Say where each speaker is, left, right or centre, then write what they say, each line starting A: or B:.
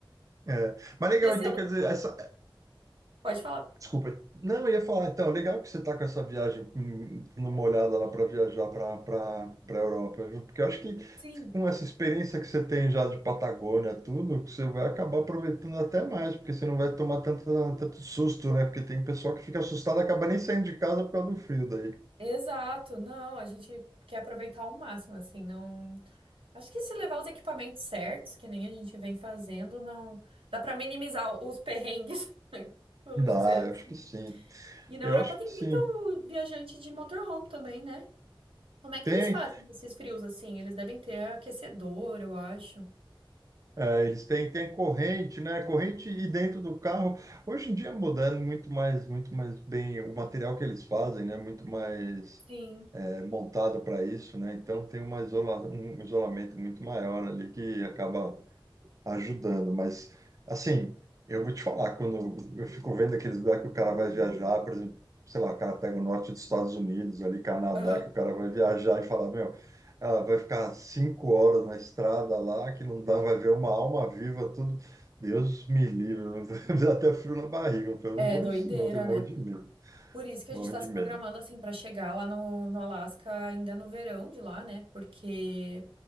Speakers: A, on the right; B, on the right.
A: É. Mas legal,
B: E sendo,
A: então quer dizer, essa
B: pode falar.
A: Desculpa. Não, eu ia falar, então, legal que você está com essa viagem, hum, dando uma olhada lá para viajar para para Europa, viu? Porque eu acho que
B: Sim,
A: com essa experiência que você tem já de Patagônia, tudo, você vai acabar aproveitando até mais, porque você não vai tomar tanto, tanto susto, né? Porque tem pessoal que fica assustado e acaba nem saindo de casa por causa do frio daí.
B: exato. Não, a gente quer aproveitar ao máximo, assim, não Acho que se levar os equipamentos certos, que nem a gente vem fazendo, não dá pra minimizar os perrengues, <laughs> vamos
A: Dá,
B: dizer
A: eu
B: assim.
A: acho que sim.
B: E na
A: Eu
B: Europa
A: acho
B: tem
A: que
B: muito
A: sim.
B: viajante de motorhome também, né? Como é que
A: Tem,
B: eles fazem esses frios assim? Eles devem ter aquecedor, eu acho.
A: É, eles têm, têm corrente, né? Corrente e dentro do carro. Hoje em dia mudando muito mais, muito mais bem. O material que eles fazem, né? Muito mais
B: Sim.
A: é, montado para isso, né? Então tem uma isola, um isolamento muito maior ali que acaba ajudando. Mas, assim, eu vou te falar, quando eu fico vendo aqueles lugares que o cara vai viajar, por exemplo, sei lá, o cara pega o norte dos Estados Unidos, ali, Canadá,
B: Aham.
A: que o cara vai viajar e falar meu, ah, vai ficar cinco horas na estrada lá, que não dá, vai ver uma alma viva, tudo. Deus me livre, <laughs> me dá até frio na barriga. Eu falo,
B: É
A: não vou
B: doideira,
A: isso, não, eu tenho um
B: né?
A: monte de medo,
B: Por isso que
A: morro
B: a gente está
A: de
B: se
A: medo.
B: programando assim para chegar lá no, no Alasca ainda no verão de lá, né? Porque